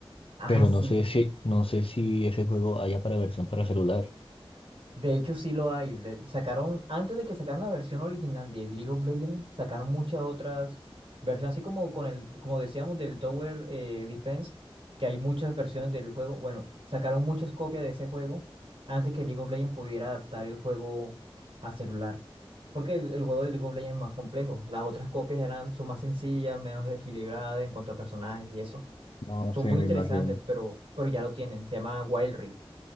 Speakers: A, on the right; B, on the left.
A: Ah,
B: pero
A: sí.
B: no sé si, no sé si ese juego haya para versión para celular.
A: De hecho, sí lo hay. Le- Sacaron, antes de que sacaran la versión original de League of Legends, sacaron muchas otras versiones, así como con el, como decíamos, del Tower eh, Defense, que hay muchas versiones del juego. Bueno, sacaron muchas copias de ese juego antes que League of Legends pudiera adaptar el juego a celular. Porque el, el juego de League of Legends es más complejo. Las otras copias eran, son más sencillas, menos equilibradas en cuanto a personajes y eso.
B: No
A: Son
B: sí
A: muy interesantes,
B: me imagino.
A: pero, pero ya lo tienen. Se llama Wild Rift.